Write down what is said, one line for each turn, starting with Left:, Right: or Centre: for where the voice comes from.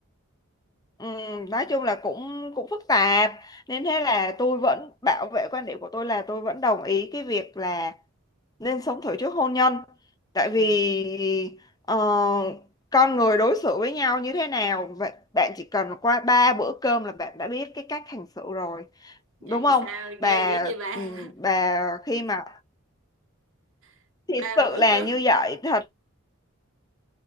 Left: Ừ, nói chung là cũng cũng phức tạp nên thế là tôi vẫn bảo vệ quan điểm của tôi là tôi vẫn đồng ý cái việc là nên sống thử trước hôn nhân tại
Right: Ừm,
Left: vì ờ, con người đối xử với nhau như thế nào vậy bạn chỉ cần qua ba bữa cơm là bạn đã biết cái cách hành xử rồi
Right: vậy
Left: đúng không
Right: sao
Left: bà
Right: ghê dữ vậy bà
Left: ừm, bà khi mà
Right: <laughs>
Left: thì
Right: ba
Left: sự
Right: bữa
Left: là
Right: cơm
Left: như vậy thật